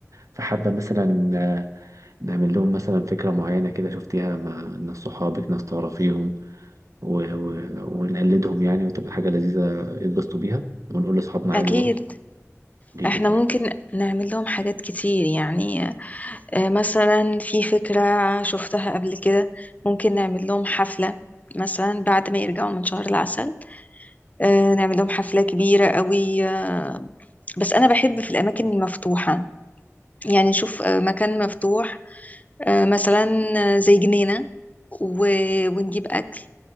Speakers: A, on the right (about 75°); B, on the left (about 30°).
A: فحابة مثلا آه، نعمل لهم مثلا فكرة معينة كده شفتيها مع ناس صحابك ناس تعرفيهم و... و... ونقلدهم يعني وتبقى حاجة لذيذة يتبسطوا بيها ونقول لأصحابنا عادي
B: أكيد
A: برضه قولي
B: إحنا
A: لي طيب
B: ممكن نعمل لهم حاجات كتير يعني آه، مثلا في فكرة شفتها قبل كده ممكن نعمل لهم حفلة مثلا بعد ما يرجعوا من شهر العسل آه، نعمل لهم حفلة كبيرة قوي آه، بس أنا بحب في الأماكن المفتوحة يعني نشوف آه، مكان مفتوح آه، مثلا آه، زي جنينة و- ونجيب أكل